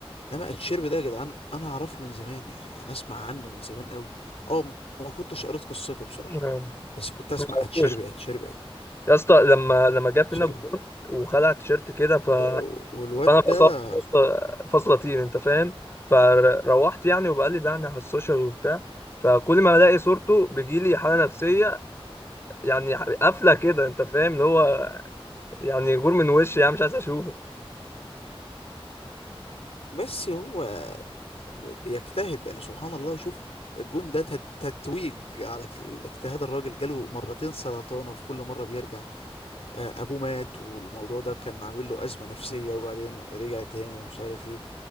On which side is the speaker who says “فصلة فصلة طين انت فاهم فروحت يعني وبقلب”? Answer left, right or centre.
Left